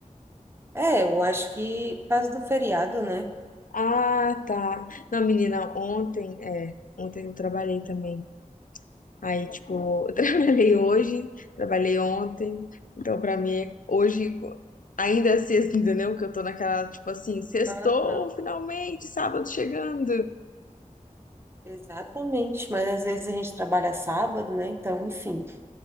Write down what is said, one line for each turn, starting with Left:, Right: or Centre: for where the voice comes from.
Right: É, eu acho que por causa do feriado, né?
Left: Ah, tá. Não, menina, ontem, é, ontem eu trabalhei também. Aí, tipo, eu <laughs> trabalhei hoje, trabalhei ontem, então pra mim é- hoje ainda é sexta, entendeu? Que eu tô naquela, tipo assim, sextou,
Right: Aham.
Left: finalmente, sábado chegando.
Right: sim. Exatamente, mas às vezes a gente trabalha sábado, né? Então, enfim.